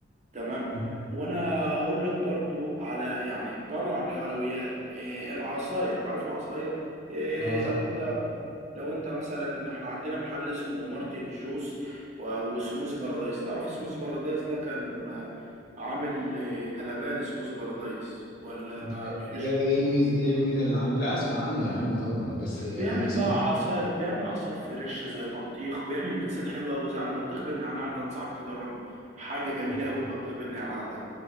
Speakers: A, on the right (about 40°); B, on the left (about 55°).
A: تمام
B: مم.
A: وانا هقول لك برضو على يعني بره عن الحلويات إيه العصاير عارف العصاير إيه
B: اه طبعا
A: لو انت لو انت مثلا احنا عندنا محل اسمه مارتن جوس و- وسموزي بارادايس تعرف سموزي بارادايس ده كان عامل آه، قلبان سموزي بارادايس ولا
B: ده
A: ما
B: ايه
A: بيجيش
B: إيه الميزه ايه الميزه اللي عنده لا اسمع عنه يا عم طبعا بس انا
A: بيعمل
B: سمعت
A: بقى
B: إنه
A: عصاير بيعمل عصاير فريش زي بطيخ بيعمل ميكسات حلوه قوي زي على بطيخ بالنعناع ده انصحك تجربه حاجه جميله
B: حلو.
A: قوي البطيخ بالنعناع ده